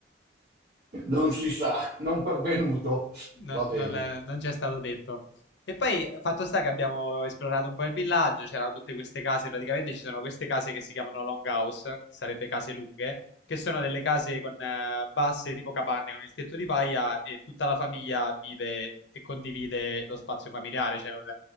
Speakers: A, on the right (about 55°); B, on the left (about 70°).
A: Non si sa, non pervenuto.
B: No-
A: Va bene.
B: non, è- non ci è stato detto. E poi, fatto sta che abbiamo esplorato un po' il villaggio, c'erano tutte queste case, praticamente ci sono queste case che si chiamano longhouse, che sarebbe case lunghe, che sono delle case con eh, basse tipo capanne, con il tetto di paia e tutta la famiglia vive e condivide lo spazio familiare, c'è un,